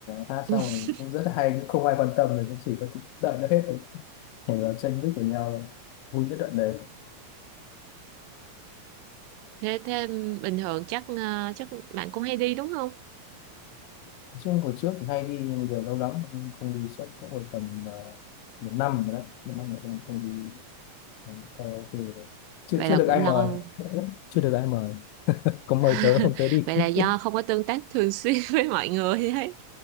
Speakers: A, on the left; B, on the right.
A: ờ, hát
B: <laughs>
A: xong cũng rất là hay nhưng không ai quan tâm rồi cũng chỉ có thích đợi nó hết rồi nhảy vào tranh vích của nhau vui nhất đoạn đấy
B: thế thế bình thường chắc ờ, chắc bạn cũng hay đi đúng không
A: chung hồi trước thì hay đi nhưng bây giờ lâu lắm không, không đi chắc cũng còn tầm à, một năm rồi đấy một năm rồi không, không đi à, karaoke rồi chưa
B: vậy
A: chưa
B: là
A: được
B: cũng
A: ai
B: lâu
A: mời <laughs> chưa được ai mời có mời
B: <laughs>
A: tớ không tớ đi
B: Vậy
A: <laughs>
B: là do không có tương tác thường xuyên <laughs> với mọi người ấy.